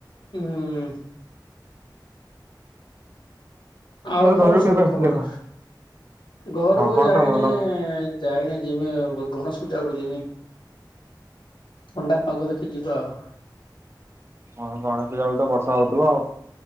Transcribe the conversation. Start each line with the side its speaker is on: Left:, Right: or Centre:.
Left: ହୁଁ। ହୁଁ ଆଉ କଣ
Right: ଘରୁ
Left: ସବୁ
Right: କେବେ ଆସିଲେ
Left: ଖବର?
Right: କଣ?
Left: ଘରକୁ
Right: ଖବର
Left: ଯାଇନି
Right: ତ ଭଲ
Left: ଯାଇନି ଯିମି। ଗଣେଶ ପୂଜା ଆଡ଼କୁ ଯିମି। ଥଣ୍ଡା ପାଗ ଦେଖି ଯିବା ଆଉ।
Right: ହଁ ଗଣେଶ ପୂଜାକୁ ତ ବର୍ଷା ହଉଥିବ ଆଉ।